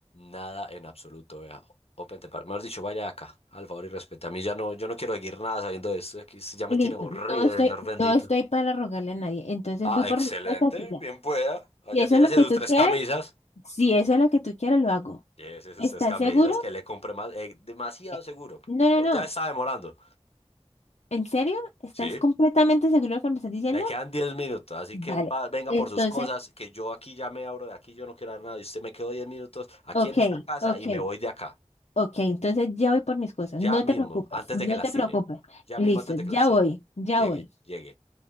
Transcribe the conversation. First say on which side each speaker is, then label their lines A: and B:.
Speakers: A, on the left (about 60°); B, on the left (about 80°).
A: Nada en absoluto, vea. Open the Mejor dicho, vaya acá, al favor y respete. A mí ya no, yo no quiero seguir nada sabiendo de esto. Aquí esto ya me
B: Listo,
A: tiene aburrido,
B: no estoy,
A: señor bendito.
B: no estoy para rogarle a nadie. Entonces
A: Ah,
B: voy por
A: excelente,
B: mis cosas y ya.
A: bien pueda. Allá
B: Si eso
A: llévese
B: es lo que
A: sus
B: tú
A: tres
B: quieres,
A: camisas.
B: si eso es lo que tú quieres, lo hago.
A: Llévese sus
B: ¿Estás
A: tres camisas,
B: seguro?
A: que le compre más. eh, demasiado
B: Eh,
A: seguro.
B: No, no, no.
A: Ya está demorando.
B: ¿En serio? ¿Estás
A: Sí.
B: completamente seguro de lo que me estás diciendo?
A: Le quedan 10 minutos, así
B: Vale.
A: que va- venga
B: Entonces.
A: por sus cosas, que yo aquí ya me abro de aquí, yo no quiero dar nada. Y usted me quedo 10 minutos aquí
B: Ok,
A: en esta casa
B: ok,
A: y me voy de acá.
B: ok. Entonces ya voy por mis cosas.
A: Ya
B: No
A: mismo,
B: te preocupes,
A: antes
B: no
A: de que la
B: te
A: tire.
B: preocupes.
A: Ya
B: Listo,
A: mismo antes de
B: ya
A: que la tire.
B: voy, ya
A: Llegue,
B: voy.
A: llegue.